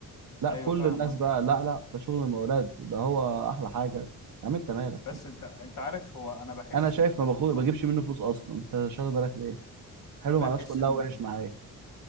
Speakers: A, on the right (about 65°); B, on the left (about 65°).
A: لا
B: ايوه
A: كل
B: فاهم
A: الناس
B: قصدي
A: بقى لا لا ده شغل المولاد ده هو احلى حاجه يا عم انت مالك
B: بس
A: يعني
B: انت انت عارف هو انا بحس
A: انا شايف
B: ان
A: ما باخد
B: إن هو
A: بجيبش منه فلوس اصلا انت شاغل بالك ليه حلو
B: بحس
A: مع الناس كلها
B: ان
A: وحش معايا